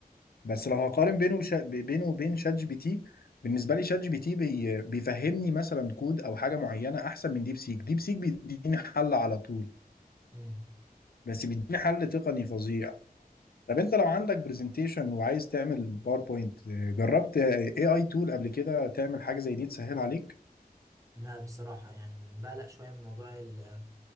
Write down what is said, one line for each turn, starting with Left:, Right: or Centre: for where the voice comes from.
Left: بس لو هقارن بينه وش... بينه وبين شات جي بي تي بالنسبة لي شات جي بي تي بي... بيفهمني مثلا كود أو حاجة معينة أحسن من ديب سيك ديب سيك بيديني حل على طول
Right: امم
Left: بس بيديني حل تقني فظيع طب انت لو عندك برزنتيشن وعايز تعمل باوربوينت جربت اي اي تول قبل كده تعمل حاجه زي دي تسهل عليك
Right: لا بصراحه يعني بقلق شويه من موضوع ال-